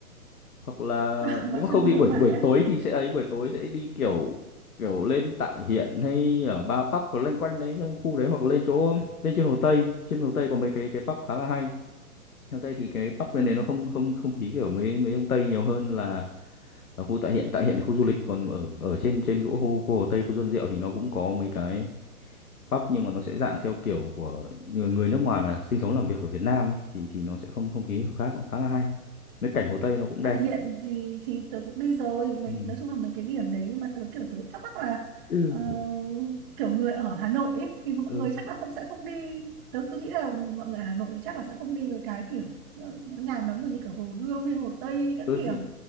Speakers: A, on the left (about 70°); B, on the right (about 35°).
A: hoặc là
B: <laughs>
A: nếu
B: vào
A: mà
B: trung
A: không
B: tâm
A: thì
B: thương
A: buổi
B: mại
A: buổi tối
B: á
A: thì sẽ ấy buổi tối sẽ đi kiểu kiểu lên tại hiện hay ở ba pub và loanh quanh đấy trong khu đấy hoặc là lên chỗ lên trên Hồ Tây trên Hồ Tây có mấy cái cái pub khá là hay Hồ Tây thì cái pub bên
B: ừ.
A: đấy nó không không không khí kiểu mấy mấy ông Tây nhiều hơn là ở khu tại hiện tại hiện thì khu du lịch còn ở ở trên trên chỗ khu, khu Hồ Tây khu Xuân Diệu thì nó cũng có mấy cái pub nhưng mà nó sẽ dạng theo kiểu của người, người nước ngoài mà sinh sống làm việc ở Việt Nam ấy, thì thì nó sẽ không không khí kiểu khác nó khá là hay cái cảnh Hồ Tây nó cũng
B: tại
A: đẹp
B: hiện thì thì tớ cũng đi rồi mình
A: ừ.
B: nói chung là mấy cái điểm đấy nhưng mà tớ kiểu tớ thắc mắc là
A: ừ
B: ờ, kiểu người ở Hà Nội ấy, thì mọi
A: ừ
B: người chắc là không sẽ không đi tớ cứ nghĩ là mọi người ở Hà Nội thì chắc là sẽ không đi với cái kiểu nó nó nhàm lắm rồi như kiểu Hồ Gươm hay Hồ Tây hay các
A: ừ
B: kiểu
A: thì